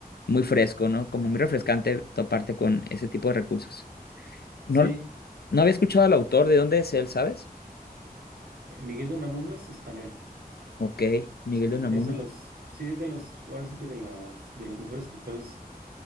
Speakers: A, on the left; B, on the right.
A: muy fresco, ¿no? Como muy refrescante toparte con ese tipo de recursos. No,
B: Sí,
A: no había escuchado al autor, ¿de dónde es él, sabes?
B: eh, Miguel de Unamuno es español,
A: Ok, Miguel
B: sí,
A: de Unamuno.
B: es de los, sí, es de los, ahora sí que de las, de los mejores escritores